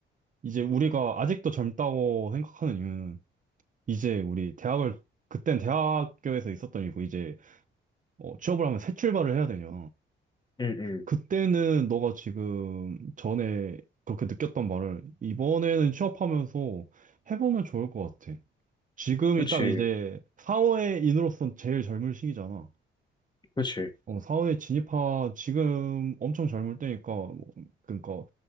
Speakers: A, on the right (about 40°); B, on the left (about 20°).
A: 이제 우리가 아직도 젊다고 생각하는 이유는 이제 우리 대학을 그땐 대학교에서 있었던 일이고 이제 어, 취업을 하면 새 출발을 해야 되냐.
B: 응, 응.
A: 그때는 너가 지금 전에 그렇게 느꼈던 말을 이번에는 취업하면서 해보면 좋을 것 같아. 지금이
B: 그치,
A: 딱 이제 사회인으로서 제일 젊은 시기잖아.
B: 그치.
A: 어, 사회에 진입하, 지금 엄청 젊을 때니까, 뭐, 그러니까,